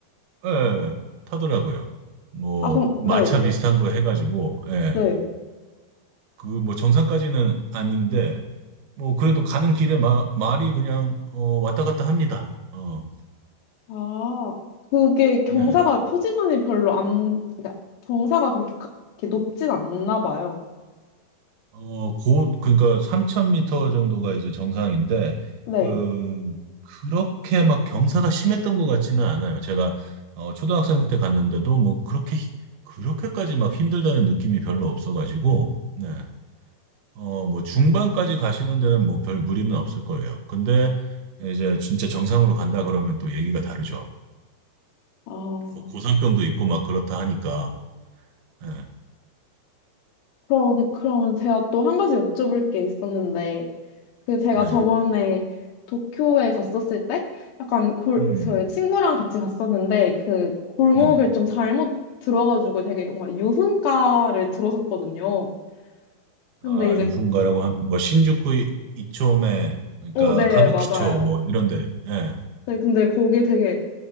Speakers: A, on the right; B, on the left.
A: 예, 타더라고요. 뭐,
B: 아, 그럼,
A: 마차
B: 네.
A: 비슷한 거 해가지고, 예,
B: 네.
A: 그 뭐 정상까지는 아닌데, 뭐 그래도 가는 길에 마, 말이 그냥, 어, 왔다 갔다 합니다. 어,
B: 아, 그게 경사가,
A: 네.
B: 후지산이 별로 안, 그러니까 경사가 그렇게, 가- 이렇게 높진 않나 봐요.
A: 어, 고, 그러니까 3,000m 정도가 이제 정상인데,
B: 네.
A: 그, 그렇게 막 경사가 심했던 것 같지는 않아요. 제가, 어, 초등학생 때 갔는데도 뭐 그렇게, 힘- 그렇게까지 막 힘들다는 느낌이 별로 없어가지고, 네. 어, 뭐 중반까지 가시는 데는 뭐 별 무리는 없을 거예요. 근데 이제 진짜 정상으로 간다 그러면 또 얘기가 다르죠.
B: 아,
A: 뭐 고산병도 있고 막 그렇다 하니까, 예. 네.
B: 그럼, 그러면 제가 또 한 가지 여쭤볼 게 있었는데, 그 제가
A: 네.
B: 저번에
A: 네. 네.
B: 도쿄에 갔었을 때 약간 골,
A: 음,
B: 저희 친구랑 같이 갔었는데 그 골목을
A: 네네.
B: 좀 잘못 들어가지고 되게 뭔가 유흥가를 들어섰거든요. 근데
A: 아,
B: 이제
A: 유흥가라고 하면 뭐 신주쿠 이- 이초메 그러니까
B: 어, 네,
A: 가부키초
B: 맞아요.
A: 뭐 이런데 예.
B: 네, 근데 거기에 되게